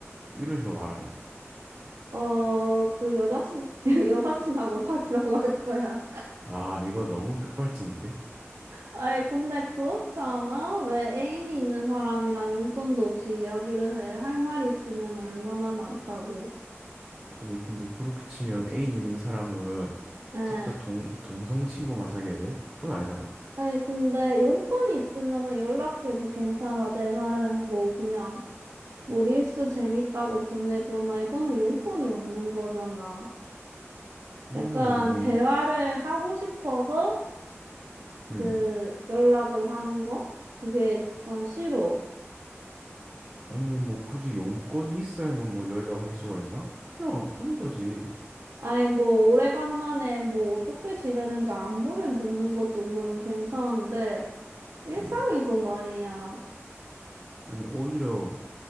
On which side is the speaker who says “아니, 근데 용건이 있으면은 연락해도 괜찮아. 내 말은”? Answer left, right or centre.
Right